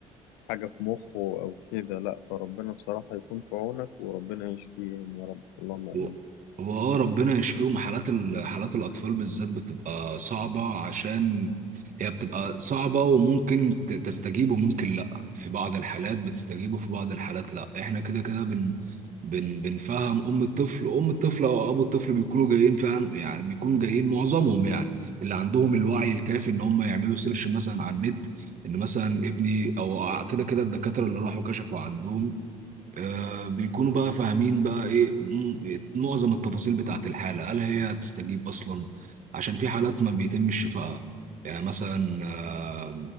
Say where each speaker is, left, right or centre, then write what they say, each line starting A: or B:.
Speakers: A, on the left (about 75°); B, on the right (about 50°).
A: حاجه في مخه او كده لا فربنا بصراحه يكون في عونك وربنا يشفيهم يا رب اللهم امين
B: هو هو اه ربنا يشفيهم حالات ال- حالات الاطفال بالذات بتبقى صعبه عشان هي بتبقى صعبه وممكن ت- تستجيب وممكن لا في بعض الحالات بتستجيب وفي بعض الحالات لا احنا كده كده بن بن بنفهم ام الطفل وام الطفل او ابو الطفل بيكونوا جايين فعلا يعني بيكونوا جايين معظمهم يعني اللي عندهم الوعي الكافي ان هم يعملوا سيرش مثلا على النت ان مثلا ابني او ع- كده كده الدكاتره اللي راحوا كشفوا عندهم آه، بيكونوا بقى فاهمين بقى ايه م- معظم التفاصيل بتاعة الحالة هل هي هتستجيب اصلا عشان في حالات ما بيتمش شفائها يعني مثلا اه